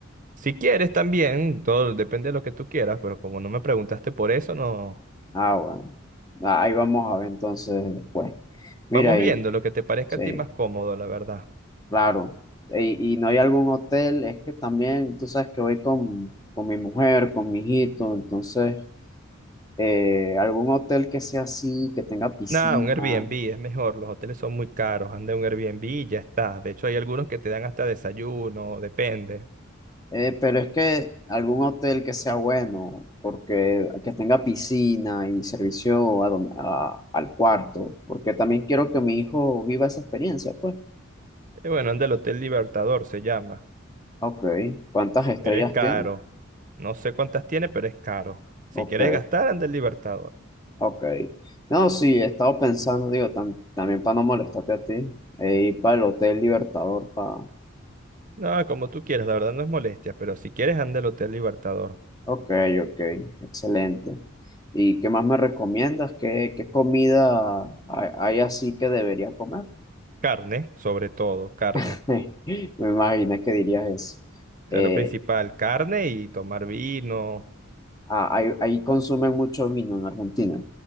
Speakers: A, on the right (about 40°); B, on the left (about 20°).
A: Si quieres también, todo depende de lo que tú quieras, pero como no me preguntaste por eso, no.
B: Ah, bueno. Ah, Ahí vamos a ver entonces después. Mira
A: Vamos
B: ahí,
A: viendo lo que te parezca
B: sí,
A: a ti más cómodo, la verdad.
B: claro. Y, y no hay algún hotel, es que también, tú sabes que voy con, con mi mujer, con mi hijito, entonces, eh, algún hotel que sea así, que tenga piscina.
A: Nada, un Airbnb es mejor, los hoteles son muy caros, anda en un Airbnb y ya está. De hecho, hay algunos que te dan hasta desayuno, depende.
B: Eh, pero es que algún hotel que sea bueno, porque que tenga piscina y servicio a don- a- al cuarto, porque también quiero que mi hijo viva esa experiencia, pues.
A: Y bueno, anda el Hotel Libertador, se llama,
B: Ok, ¿cuántas estrellas
A: pero es caro.
B: tiene?
A: No sé cuántas tiene, pero es caro. Si
B: Ok,
A: quieres gastar, anda el Libertador.
B: ok. No, sí, he estado pensando, digo, tam- también para no molestarte a ti, eh, ir para el Hotel Libertador, para...
A: No, como tú quieras, la verdad no es molestia, pero si quieres, anda el Hotel Libertador.
B: ok, ok, excelente. ¿Y qué más me recomiendas? ¿Qué, qué comida hay hay así que debería comer?
A: Carne, sobre todo, carne.
B: <laughs> Me imaginé que dirías eso.
A: O
B: Eh,
A: sea, lo principal, carne y tomar vino.
B: ah, ahí, ahí consumen mucho vino en Argentina.